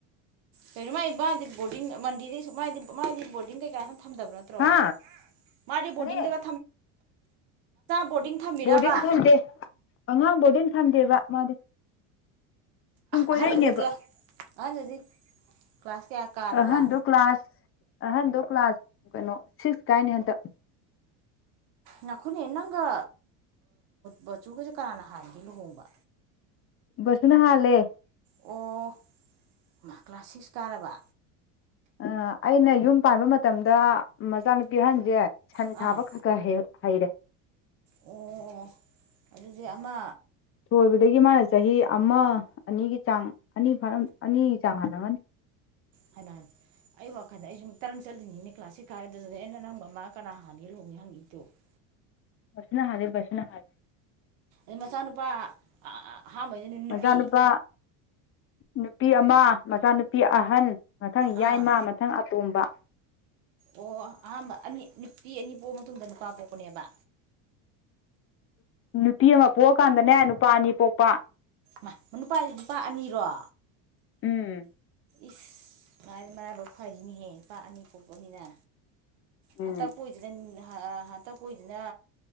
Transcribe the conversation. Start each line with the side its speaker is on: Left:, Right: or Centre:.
Right: ꯀꯩꯩꯅꯣ ꯃꯥꯥꯏ ꯏ ꯃꯥꯗꯤ ꯕꯣꯔꯗꯤꯡ ꯃꯟꯗꯤꯗꯗꯤ ꯃꯥꯗꯤ ꯕꯣꯔꯗꯤꯡ ꯀꯩꯀꯥ ꯊꯝꯗꯕ ꯅꯠꯇ꯭ꯔꯣ
Left: ꯍꯥ
Right: ꯃꯥꯗꯤ ꯕꯣꯔꯗꯤꯡꯗꯒ
Left: ꯀꯔꯤ
Right: ꯕꯣꯔꯗꯤꯡ ꯊꯝꯃꯤꯔꯕ
Left: ꯕꯣꯔꯗꯤꯡ ꯊꯝꯗꯦ ꯑꯉꯥꯡ ꯕꯣꯔꯗꯤꯡ ꯊꯝꯗꯦꯕ ꯃꯥꯗꯤ ꯁꯨꯝ ꯀꯣꯏꯔꯛꯏꯅꯦꯕ
Right: ꯑꯍꯟꯗꯨꯗꯤ ꯀ꯭ꯂꯥꯁ ꯑꯍꯟꯗꯨꯗꯤ ꯀ꯭ꯂꯥꯁ ꯀꯌꯥ ꯀꯥꯔꯕ
Left: ꯑꯍꯟꯗꯣ ꯀ꯭ꯂꯥꯁ ꯑꯍꯟꯗꯣ ꯀ꯭ꯂꯥꯁ ꯀꯩꯅꯣ ꯁꯤꯛꯁ ꯀꯥꯏꯅꯤ ꯍꯟꯇꯛ
Right: ꯉꯥꯏꯈꯣꯅꯦ ꯅꯪꯒ ꯃꯟꯖꯨꯒꯁꯦ ꯀꯅꯥꯅ ꯍꯥꯟꯒꯦ ꯂꯨꯍꯣꯡꯕ
Left: ꯕꯁꯟꯅ ꯍꯥꯂꯦ
Right: ꯑꯣ ꯃꯥ ꯀ꯭ꯂꯥꯁ ꯁꯤꯛꯁ ꯀꯥꯔꯕ
Left: ꯑ ꯑꯩꯅ ꯌꯨꯝ ꯄꯥꯟꯕ ꯃꯇꯝꯗ ꯃꯆꯥꯅꯨꯄꯤ ꯑꯍꯟꯁꯦ ꯁꯟ
Right: ꯑꯥ
Left: ꯁꯥꯕ ꯈ ꯈ ꯍꯩꯔꯦ
Right: ꯑꯣ ꯑꯗꯨꯗꯤ ꯑꯃ
Left: ꯊꯣꯏꯕꯗꯒꯤ ꯃꯥꯅ ꯆꯍꯤ ꯑꯃ ꯑꯅꯤꯒꯤ ꯆꯥꯡ ꯑꯅꯤ ꯐꯥ ꯑꯅꯤꯒꯤ ꯆꯥꯡ ꯍ ꯥꯟ <unintelligible> <inaudible>
Right: <unintelligible> <inaudible> ꯑꯩ ꯋꯥꯈꯜꯗ ꯑꯩ ꯁꯨꯝ ꯇꯔꯪ ꯆꯠꯂꯤꯅꯤꯅꯦ ꯀ꯭ꯂꯥꯁ ꯁꯤꯛꯁ ꯀꯥꯏꯔ ꯑꯗꯨꯗ ꯑꯩꯅ ꯅꯪꯒ ꯃꯥ ꯀꯅꯥ ꯍꯥꯟꯒꯦ ꯂꯨꯍꯣꯡꯉꯦ ꯍꯪꯉꯤꯗꯣ <unintelligible> <inaudible>
Left: <unintelligible>
Right: ꯑ ꯃꯆꯥꯅꯨꯄꯥ ꯑꯍꯥꯟꯕꯩꯗ ꯅꯨꯄꯤ
Left: ꯃꯆꯥꯅꯨꯄꯥ ꯅꯨꯄꯤ ꯑꯃ ꯃꯆꯥꯅꯨꯄꯤ ꯑꯍꯟ ꯃꯊꯪ ꯌꯥꯏꯃ
Right: ꯑꯥ
Left: ꯃꯊꯪ ꯑꯇꯣꯝꯕ
Right: ꯑꯣ ꯑꯍꯥꯟꯕ ꯑꯅꯤ ꯅꯨꯄꯤ ꯑꯅꯤ ꯄꯣꯛꯑ ꯃꯇꯨꯡꯗ ꯅꯨꯄꯥ ꯄꯣꯛꯄꯅꯦꯕ
Left: ꯅꯨꯄꯤ ꯑꯃ ꯄꯣꯛꯑꯀꯥꯟꯗꯅꯦ ꯅꯨꯄꯥ ꯑꯅꯤ ꯄꯣꯛꯄ
Right: ꯃꯥ ꯅꯨꯄꯥ ꯅꯨꯄꯥ ꯑꯅꯤꯔꯣ
Left: ꯎꯝ
Right: ꯏꯁ ꯃꯥ ꯃꯔꯥꯏꯕꯛ ꯐꯔꯤꯅꯤꯍꯦ ꯅꯨꯄꯥ ꯑꯅꯤ ꯄꯣꯛꯄꯅꯤꯅ
Left: ꯎꯝ
Right: ꯍꯥ ꯇꯣꯏꯖꯅꯦ ꯇ ꯄꯨꯖꯅ